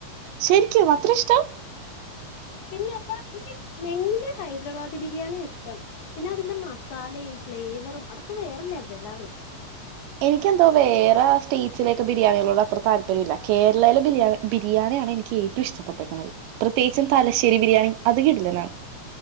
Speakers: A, on the right (about 80°); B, on the left (about 70°).
A: ശെരിക്കും അത്ര ഇഷ്ടവാ
B: പിന്നെന്താ എനിക്ക് മെയിൻലി ഹൈദരാബാദി ബിരിയാണി ഇഷ്ടം പിന്നെ അതിന്റെ മസാലയും ഫ്ലേവറും അതൊക്കെ വേറെ ലെവലാണ്
A: എനിക്കെന്തോ വേറെ സ്റ്റേറ്റ്സിലൊക്കെ ബിരിയാണികളോട് അത്ര താല്പര്യമില്ല കേരളേലെ ബിരിയാണി ബിരിയാണിയാണ് എനിക്ക് ഏറ്റവും ഇഷ്ടപ്പെട്ടേക്കണത് പ്രത്യേകിച്ചും തലശ്ശേരി ബിരിയാണി അത് കിടിലനാ